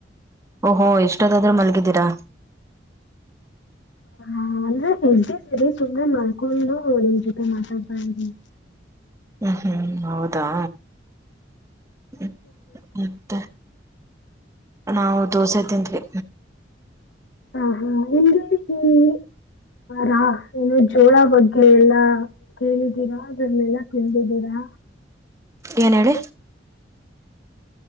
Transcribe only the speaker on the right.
ಓಹೋ ಎಷ್ಟದಾದ್ರು ಮಲ್ಗಿದೀರಾ
ಹ್ಮ್ ಹ್ಮ್ ಹೌದಾ ಹ್ಮ ಮತ್ತೆ ನಾವು ದೋಸೆ ತಿಂದ್ವಿ
ಏನ್ ಹೇಳಿ